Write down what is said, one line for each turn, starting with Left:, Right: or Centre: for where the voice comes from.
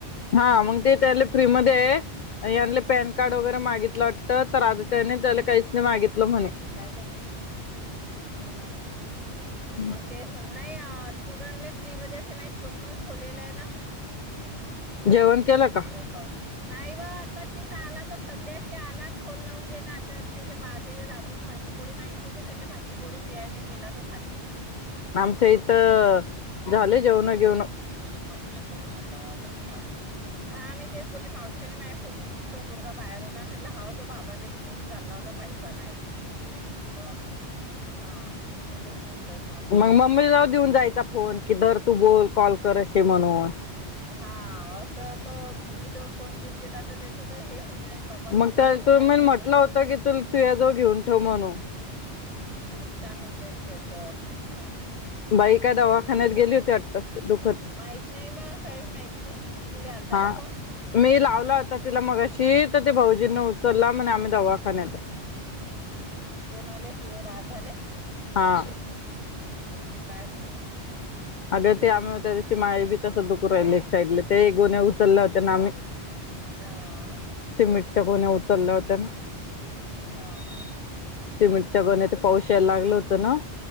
Left: हा मग ते त्यांले फ्री मध्ये ह्याले पॅन कार्ड वगैरे मागितलं वाटतं तर आ -- त्याने त्याला काहीच नाही मागितलं म्हणे.
Right: काय करू तुझ्या हम्म मी
Left: <unintelligible>
Right: तेच नाही स्टुडंटले फ्री मध्ये ते माझ्या श्लोकन खोलेला आहे ना? हं.
Left: जेवण केलं का?
Right: ते अकाऊंट. नाही बा आताशी तर आला तो सध्याशी आला आणि फोन लावून दिला आता आणि त्याच्या बाच्या दा -- अजून भाजीपोडी माहितली तर त्याला भाजीपोडी द्यायला गेला तो खाली.
Left: आमच्या इथं झालं जेवण घेऊन.
Right: फोन केलताना तवा तुम्ही दादारी घेऊन चाल- बोली मावशीने माझ फोनून तो पोरगा बाहेर होता म्हटलं हाव तो बाबाला घेऊन चालला होता पाई आणाले. मग ते मग दवाखाान्यात. हं. <unintelligible> मा
Left: मग मम्मी ज देऊन जायचा फोन की दर तू बोल कॉल कर अशे म्हणून.
Right: हा असं त मम्मी जर फोन देऊन गेला तर त्याच तर हे होऊन जाईन बा नुकसान
Left: मग त्या
Right: होन
Left: तु
Right: जाईल
Left: मी
Right: त्याच.
Left: म्हटलं होतं की तु तुझ्याजवळ घेऊन
Right: <inaudible>
Left: ठेव म्हणून.
Right: हम्म. नुकसान होऊन जाईन त्याच. हं.
Left: बाई का दवाखान्यात गेली होती वाटतं. दु
Right: माहित नाही बा काही माहित नाही. तुला आलता
Left: हा.
Right: का फोन?
Left: मी लावला होता तिला मग अशी तर ते भाऊजींन उचलला म्हण आम्ही दवाखान्यात हाय.
Right: कोणा आले पुरा झाले.
Left: हा.
Right: ह. काय म्हणे मग.
Left: अगर ते आम्ही होत्या तशी माहे बी तस दुकु राहिल एक साईडला ते गोन्या उचलल्या होत्या ना आम्ही.
Right: हं, हां.
Left: सिमेंटच्या गोण्या
Right: कववर
Left: उचलल्या
Right: ववर लावायचे
Left: होत्या ना.
Right: की नाही माग
Left: सिमेंटच्या गोन्या ते पाऊश यायला लागलं होतं ना.